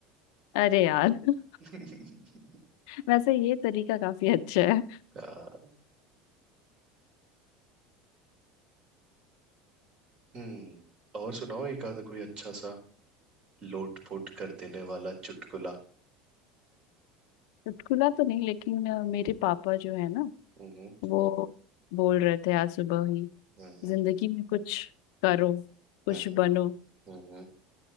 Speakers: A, on the left; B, on the right.
A: अरे यार <laughs>
B: <laughs>
A: वैसे ये तरीका काफी अच्छा है
B: आ, हम्म और सुनाओ एक आधा कोई अच्छा सा लोट पोट कर देने वाला चुटकुला
A: चुटकुला तो नहीं लेकिन अ, मेरे पापा जो है ना
B: हम्म
A: वो बोल रहे थे आज सुबह ही
B: हम्म
A: जिंदगी में कुछ करो कुछ
B: हम्म
A: बनो
B: हम्म हम्म